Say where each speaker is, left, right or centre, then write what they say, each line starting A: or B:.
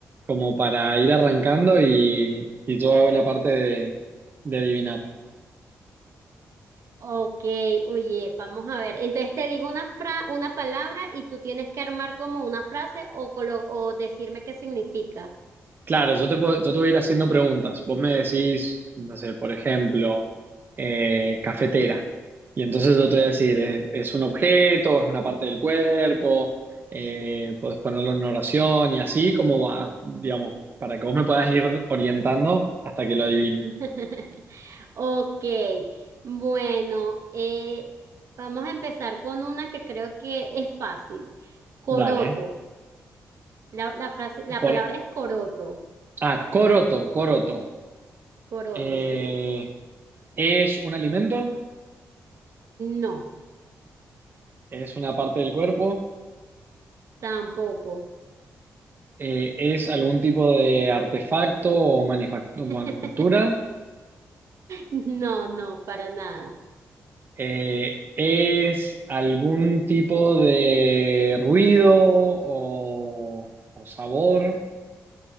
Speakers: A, on the right; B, on the right.
A: como para ir arrancando y, y yo hago la parte de, de adivinar.
B: Ok, oye, vamos a ver. Entonces te digo una fra- una palabra y tú tienes que armar como una frase o, colo- o decirme qué significa.
A: Claro, yo te puedo, yo te voy a ir haciendo preguntas. Vos me decís, no sé, por ejemplo, eh, cafetera. Y entonces yo te voy a decir, ¿es, es un objeto? ¿Es una parte del cuerpo? Eh, puedes ponerlo en una oración y así como va, digamos, para que vos me puedas ir orientando hasta que lo adivine.
B: <laughs> Ok, bueno, eh, vamos a empezar con una que creo que es fácil. Coroto.
A: Dale. ¿eh?
B: La, la frase, la
A: Por,
B: palabra es coroto.
A: ah, coroto, coroto.
B: Coroto,
A: Eh,
B: sí.
A: ¿es un alimento?
B: No,
A: ¿Es una parte del cuerpo?
B: tampoco.
A: Eh, ¿es algún tipo de artefacto o manifac- manufactura?
B: <laughs> No, no, para nada.
A: Eh, ¿es algún tipo de ruido o, o sabor?